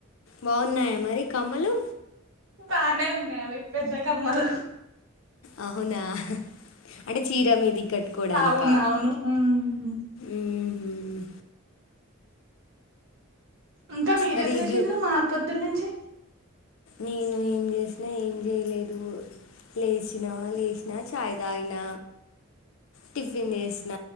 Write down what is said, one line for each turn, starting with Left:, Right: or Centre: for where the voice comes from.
Left: బాగున్నాయా? మరి కమ్మలు
Right: బాగనే ఉన్నాయి. అవి పెద్ద కమ్మలు
Left: అవునా అంటే చీర మీదికి కట్టుకోవడానికా?
Right: అవును అవును ఉమ్.
Left: ఉహుమ్
Right: ఇంకా మీరేం
Left: మరి
Right: చేసేళ్లు
Left: బ్యూ
Right: మా పొద్దుర్ నుంచి
Left: నేను ఏం చేసినా? ఏం చేయలేదు. లేచిన లేచిన చాయ్ తాగిన టిఫిన్ చేసిన